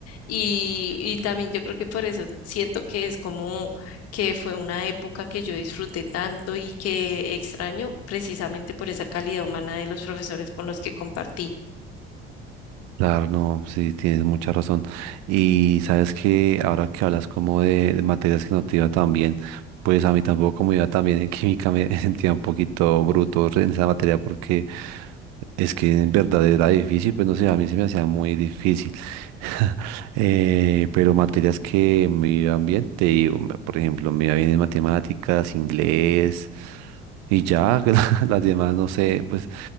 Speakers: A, on the left (about 50°); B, on the right (about 55°).
A: Y, y también yo creo que por eso siento que es como que fue una época que yo disfruté tanto y que extraño precisamente por esa calidad humana de los profesores con los que compartí.
B: Claro, no, sí, tienes mucha razón. Y sabes que ahora que hablas como de, de materias que no te iba tan bien, pues a mí tampoco como iba tan bien en química me <laughs> sentía un poquito bruto en esa materia porque es que en verdad era difícil, pues no sé, a mí se me hacía muy difícil. <laughs> Eh, pero materias que me iban bien, te digo, me- por ejemplo, me iba bien en matemáticas, inglés y ya, <laughs> las demás no sé, pues